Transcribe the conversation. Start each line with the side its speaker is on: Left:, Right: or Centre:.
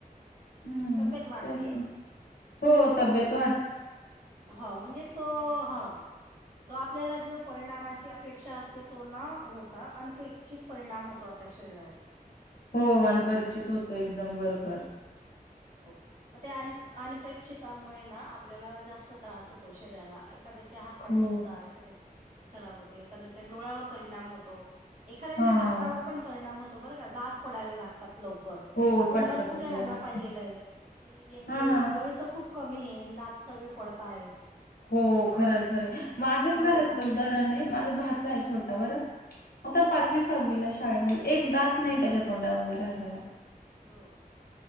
Left: हम्म
Right: तब्येत वाढते.
Left: तेच ना. हो तब्यत
Right: हो म्हणजे तो ह तो आपल्याला जव परिणामची अपेक्षा अस तो ना होता अनपेक्षित परिणाम होतो आपल्या शरीरावर.
Left: हो अनपरिचित होतो, एकदम बरोबर.
Right: हो मग त्या अनपेक्षतामुळे ना आपल्याला जास्त त्रास होतो शरीराला एखाद्याचे हात पाय
Left: हो,
Right: सुसत, एखाद्याची किडनी खराब होते, एखाद्याच्या डोळ्यावर परिणाम होतो. एखाद्याच्या
Left: हां.
Right: दातावर पण परिणाम होतो बरं का दात पडायला लागतात लवकर
Left: हो,
Right: आपण
Left: पडता,
Right: भरपूर
Left: पडता
Right: जणांना...
Left: दाट.
Right: पाहिलेलं आहे की यांचे
Left: हां.
Right: वय तर खूप कमी आहे दात सगळे पडताय.
Left: हो खरंय खरं माझ्याच
Right: हो
Left: घरातलं उदाहरण आहे माझं भाच आहे छोटा बरं... आता पाचवी सहावीला शाळेमध्ये एक दात नाही त्याच्या तोंडामध्ये राहल्याला...
Right: हो..